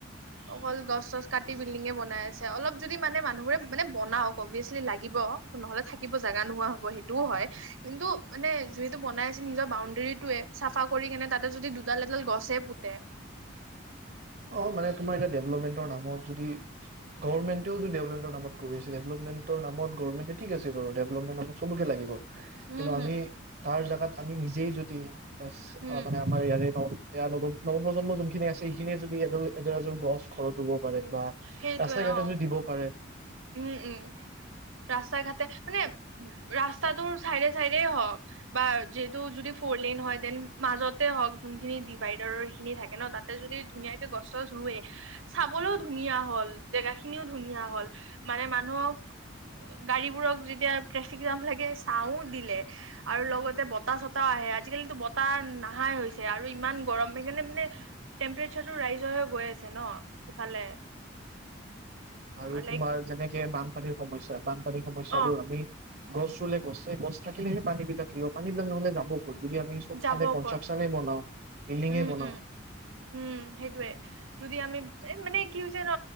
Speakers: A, on the right; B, on the right.
A: অকল গছ চছ কাটি বিল্ডিঙে বনাই আছে। অলপ যদি মানে মানুহবোৰে মানে বনাওঁক, অভিয়াচলি লাগিব, নহ'লে থাকিব জাগা নোহোৱা হ'ব সে টোও হয়। কিন্তু, মানে যিহেতু বনাই আছে নিজৰ বাউণ্ডেৰীটোৱে চাফা কৰি কেনে তাতে যদি দুডাল এডাল গছে পোতে
B: অ মানে তোমাৰ এতিয়া ডেভেলপমেণ্টৰ নামত যদি গভৰ্মেণ্টও যে ডেভলটমেণ্টৰ নামত কৰি আছে। ডেভেলপমেণ্টৰ নামত গভৰ্মেন্টে ঠিক আছে বাৰু ডেভলপমেণ্ট নামত চবকে লাগিব। কিন্তু
A: উম হম
B: আমি তাৰ জেগাত আমি নিজেই যদি, কাচ
A: হম
B: অ মানে আমাৰ ইয়াৰে ন, ইয়াৰ প্ৰজন্ম যোনখিনি আছে সেইখিনিয়ে য দি এটো এযোৰ এযোৰ গছ ঘৰত পাৰে বা
A: সেইটোৱে
B: ৰাস্তা ঘাটে
A: অ।
B: যদি দিব পাৰে
A: উম, উম। ৰাস্তাই ঘাটে মানে ৰাস্তাটোৰ চাইডে চাইড হওক। বা যিহেতু যদি ফৰলেন হয়, দেন মাজতে হওক যোনখিনি ডিভাইডাৰৰ সেইখিনি থাকে ন তাত তাতে যদি ধুনীয়াকে গছ গছ ৰুৱে, চাবলৈও ধুনীয়া হ'ল। জেগা খিনিও ধুনীয়া হ'ল। মানে মানুহক গাড়ীবোৰক যেতিয়া ট্ৰেফিক জাম লাগে চাঁও দিলে। আৰু লগতে বতাহ চতাহ আহে। আজিকালো বতাহ নাহাই হৈছে। আৰু ইমান গৰম সেইকাৰণে মানে টেম্প্ৰেচাৰটো ৰাইজৰহে গৈ আছে ন ইফালে।
B: আৰু
A: লাইক
B: তোমাৰ যেনেকে বানপানীৰ সমস্যা, বানপানীৰ সমস্যাবোৰ
A: অ
B: আমি গছ ৰুলে গছে গছ থাকিলেহে পানী বিলাক থাকিব, পানী বিলাক নহ'লে যাব যদি আমি চব
A: যাব
B: ফালে কংস্ত্ৰাকচনে
A: ক'ত
B: বনাওঁ, বিল্ডিঙে
A: উম
B: বনাওঁ
A: উম উম সেইটোৱে। যদি আমি এ মানে কি হৈছে ন